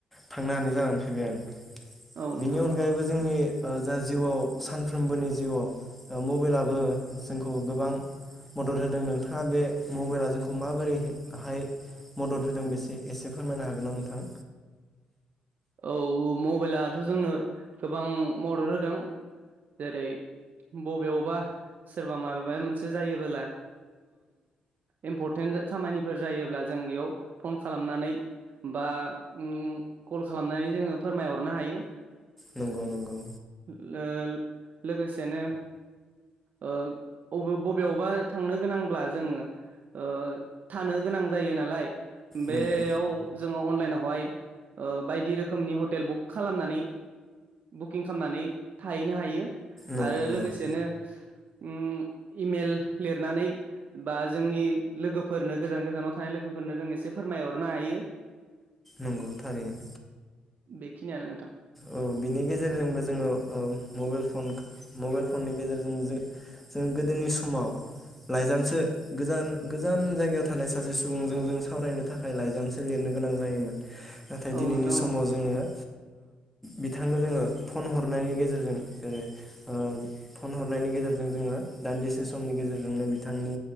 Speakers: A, in the centre; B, on the right (about 60°).
A: थांनो हानाय जानानै फैबाय आरो।
B: औ नोंथां
A: बिनि अनगायैबो
B: औ
A: जोंनि जा जिउआव सानफ्रोमबोनि। जिउआव मबेलाबो जोंखौ गोबां। मदद होदों नोंथाङा बे मबेला जोंखौ माबोरैहाय। मदद होदों बेसे एसे फोरमायनो हागोन ना नोंथां।
B: औ मबाइलाथ जोंनो गोबां मदद होदों। जेरै बबेयावबा सोरबा माबा माबा मोनसे जायोबोला। इम्परटेन्ट खामानिफोर जायोब्ला जों बेयाव फन खालामनानै। बा ओ कल खालामनानै जोङो फोरमायहरनो हायो।
A: नंगौ नंगौ।
B: लोल लोगोसेनो। ओ अबे बबेयावबा थांनो गोनांब्ला जोङो। ओ थानो गोनां जायो नालाय बेयाव
A: नंगौ
B: जोङो अनलाइनावहाय। बायदि रोखोमनि हटेल बुक खालामनानै बुकिं खालामनानै थाहैनो हायो।
A: नंगौ
B: आरो
A: नंगौ
B: लोगोसेनो। ओ इमेल लिरनानै बा जोंनि लोगोफोरनो गोजान गोजानाव थानाय लोगो। फोरनो जों एसे फोरमायहरनो हायो।
A: नंगौ थारैनो।
B: बेखिनियानो नोंथां।
A: औ बिनि गेजेरजोंबो जोङो ओ मबाइल फन मबाइल फननि गेजेरजों जो जोंङो गोदोनि समाव लाइजामसो गोजान गोजान जायगायाव थानाय सासे सुबुंजों जों सावरायनो थाखाय लाइजामसो लिरनो गोनां जायोमोन नाथाय
B: औ
A: दिनैनि
B: नोंथां औ
A: समाव जोङो ओ बिथांनो जोङो फन हरनायनि गेजेरजों ओ ओ फन हरनायनि गेजेरजों जोङो एसे समनि गेजेरजोंनो बिथांनि